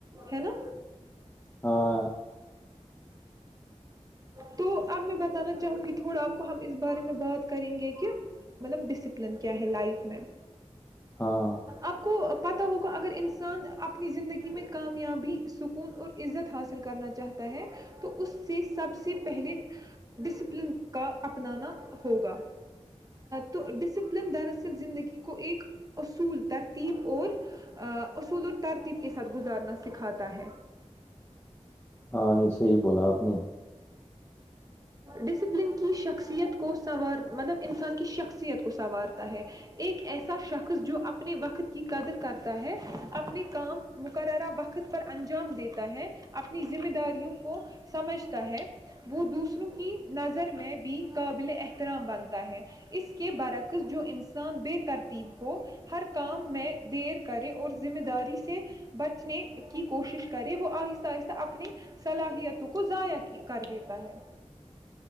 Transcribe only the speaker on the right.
ہے نا
تو اب میں بتانا چاہوں گی تھوڑا آپ کو ہم اس بارے میں بات کریں گے کہ مطلب ڈسپلن کیا ہے لائف میں
آپ کو پتہ ہوگا اگر انسان اپنی زندگی میں کامیابی سکون اور عزت حاصل کرنا چاہتا ہے تو اس سے سب سے پہلے ڈسپلن کا اپنانا ہوگا تو ڈسپلن دراصل زندگی کو ایک اصول ترتیب اور اصول اور ترتیب کے ساتھ گزارنا سکھاتا ہے
ڈسپلن کی شخصیت کو سنوار مطلب انسان کی شخصیت کو سنوارتا ہے ایک ایسا شخص جو اپنے وقت کی قدر کرتا ہے اپنے کام مقررہ وقت پر انجام دیتا ہے اپنی ذمہ داریوں کو سمجھتا ہے وہ دوسر دوسروں کی نظر میں بھی قابل احترام بنتا ہے اس کے برکس جو انسان بے ترتیب ہو ہر کام میں دیر کرے اور ذمہ داری سے بچنے کی کوشش کرے وہ آہستہ آہستہ اپنی صلاحیتوں کو ضائع کر دیتا ہے